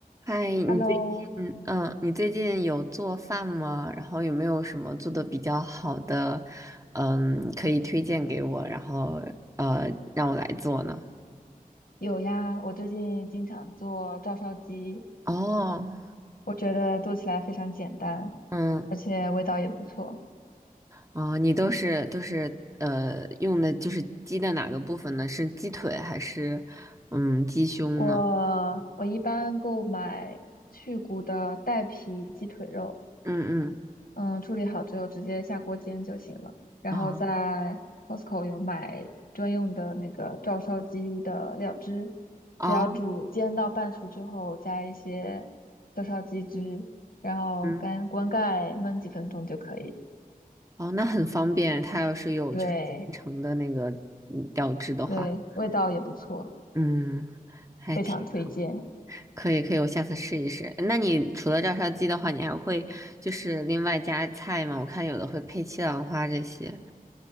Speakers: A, on the right; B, on the left.
A: 嗨，你最近嗯，
B: Hello，
A: 你最近有做饭吗？然后有没有什么做的比较好的，嗯，可以推荐给我，然后呃，让我来做呢？
B: 有呀，我最近经常做照烧鸡，
A: 哦，
B: 我觉得做起来非常简单，
A: 嗯，
B: 而且味道也不错。
A: 哦，你都是都是呃用的就是鸡的哪个部分呢？是鸡腿还是嗯鸡胸呢？
B: 我我一般购买去骨的带皮鸡腿肉，
A: 嗯嗯，
B: 嗯，处理好之后直接下锅煎就行了。然后在
A: 哦
B: Costco 有买专用的那个照烧鸡的料汁，
A: 哦
B: 只要煮煎到半熟之后，加一些照烧鸡汁，然后干关盖焖几分钟就可以了
A: 嗯哦，那很方便，它要是有就是现成的那个嗯料汁的话，
B: 对对，味道也不错，
A: 嗯，还挺。
B: 非常推荐。
A: 可以可以，我下次试一试。那你除了照烧鸡的话，你还会就是另外加菜吗？我看有的会配西兰花这些。